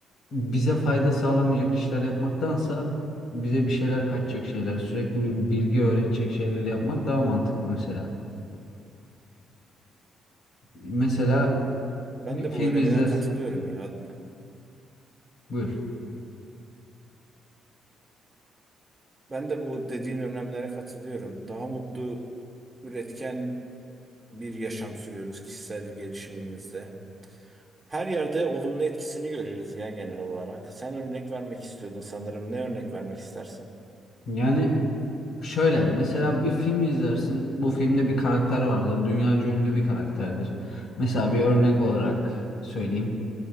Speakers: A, on the left; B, on the right.
A: bize fayda sağlamayacak işler yapmaktansa bize bir şeyler kaçacak şeyler, sürekli bir bilgi öğretecek şeyleri yapmak daha mantıklı mesela. Mesela
B: Ben
A: bir
B: de
A: film
B: bu önemine
A: izler.
B: katılıyorum ya.
A: Buyur.
B: Ben de bu dediğin önemlere katılıyorum. Daha mutlu, üretken bir yaşam sürüyoruz kişisel gelişimimizde. Her yerde olumlu etkisini görürüz ya genel olarak. Sen örnek vermek istiyordun sanırım. Ne örnek vermek istersin?
A: Yani şöyle mesela bir film izlersin. Bu filmde bir karakter vardır. Dünyaca ünlü bir karakterdir. Mesela bir örnek olarak söyleyeyim.